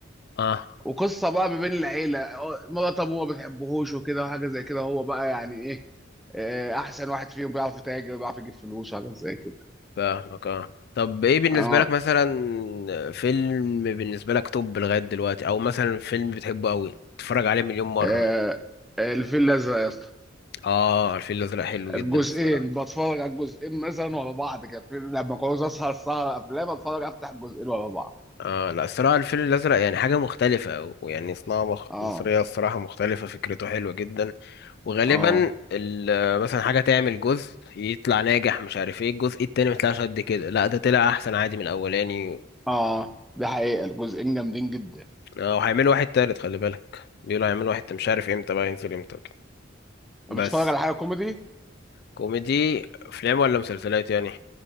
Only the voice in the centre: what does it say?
وقصه بقى ما بين العيله مرات ابوه ما بتحبهوش وكده وحاجه زي كده هو بقى يعني ايه آه، احسن واحد فيهم بيعرف يتاجر بيعرف يجيب فلوس وحاجات زي كده
اه
آه، الفيل الازرق يا اسطى
الجزئين
بتفرج على الجزئين مثلا ورا بعض كده في- لما كنت اسهر سهره افلام اتفرج افتح الجزئين ورا بعض
اه
اه
اه دي حقيقه الجزئين جامدين جدا
بتتفرج على حاجه كوميدي